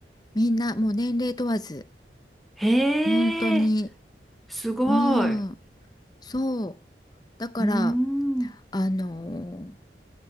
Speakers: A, on the left (about 25°); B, in the centre.
A: みんなもう年齢問わず
B: へえ、
A: 本当に
B: すごい。
A: うん
B: う
A: そうだから
B: ーん、うん
A: あのー